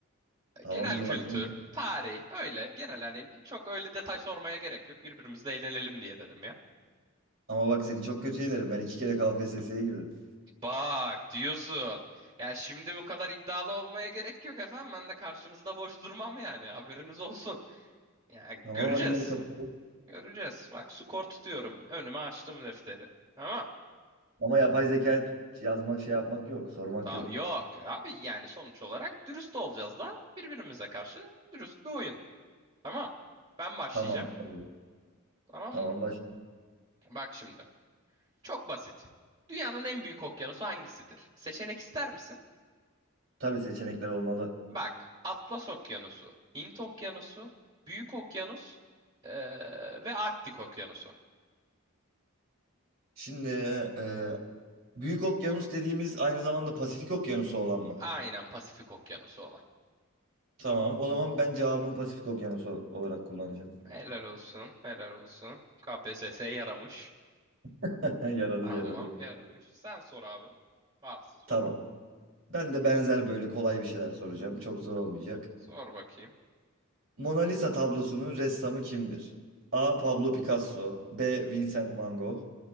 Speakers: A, on the right; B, on the right.
A: Tamamdır
B: Genel kültür,
A: bak. ben-
B: tarih öyle genel hani çok öyle detay sormaya gerek yok. Birbirimizle eğlenelim diye dedim ya.
A: Ama bak seni çok kötü yenerim. Ben iki kere KPSS'ye girdim.
B: Bak diyorsun. Ya şimdi bu kadar iddialı olmaya gerek yok efendim. Ben de karşınızda boş durmam yani haberiniz olsun. Yani
A: Tamam
B: göreceğiz.
A: hadi gel kapatalım.
B: Göreceğiz. Bak skor tutuyorum. Önüme açtım defteri. Tamam.
A: Ama yapay zeka yazmak şey yapmak yok. Sormak
B: Ta
A: yok.
B: yok abi yani sonuç olarak dürüst olacağız da birbirimize karşı dürüst bir oyun. Tamam. Ben başlayacağım.
A: Tamam. Tabii.
B: Tamam
A: Tamam
B: mı?
A: baş.
B: Bak şimdi. Çok basit. Dünyanın en büyük okyanusu hangisidir? Seçenek ister misin?
A: Tabii seçenekler olmalı.
B: Bak. Atlas Okyanusu, Hint Okyanusu, Büyük Okyanus eee, ve Arktik Okyanusu.
A: Şimdi e, Büyük Okyanus dediğimiz aynı zamanda Pasifik Okyanusu olan mı?
B: Aynen Pasifik Okyanusu olan.
A: Tamam o zaman ben cevabım Pasifik Okyanusu olarak kullanacağım.
B: Helal olsun, helal olsun. KPSS yaramış.
A: <laughs> Yaradı
B: Tamam
A: yaradı.
B: yaramış. Sen sor abi. Varsa soralım.
A: Tamam. Ben de benzer böyle kolay bir şeyler soracağım. Çok zor olmayacak.
B: Sor bakayım.
A: Mona Lisa tablosunun ressamı kimdir? A. Pablo Picasso B. Vincent Van Gogh